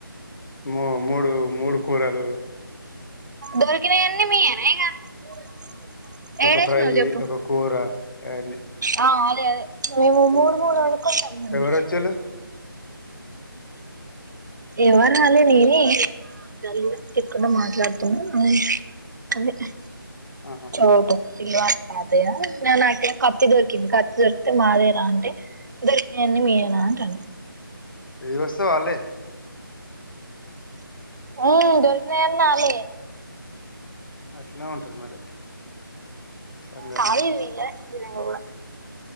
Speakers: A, on the left; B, on the right.
A: మ మూడు మూడు కూరలు
B: దొరికినాయన్నీ మీయేనా <unintelligible>
A: ఒక
B: ఏడేసినవు
A: ఫెం అయ్యి
B: చెప్పు
A: ఒక కూర అను <unintelligible>
B: ఆ అదే... అదే.. మెము మూడు మూడు అనుకొని కోయి మంది
A: ఎవరు వచ్చేళ్ళు
B: ఎవరు రాలే నేనే డల్లుగా తిక్కుంటా మాట్లాడుతున్నా అదే అదే
A: ఆహా
B: చోట పిల్లువాని తాతయ్య నువ్ నాకేం కత్తి దొరికింది కత్తి దొరికితే మాదేనా అంటే దొరికిన వన్నీ మీ వేనా అంటున్నా
A: రివర్స్ వాళ్లే
B: ఉ దొరికినవన్నీ వాళ్ళవే
A: అట్లనే ఉంటది మరి సంగతి
B: కాయిల్ వీళ్ళవే నిజంగా కూడా <inaudible> <inaudible>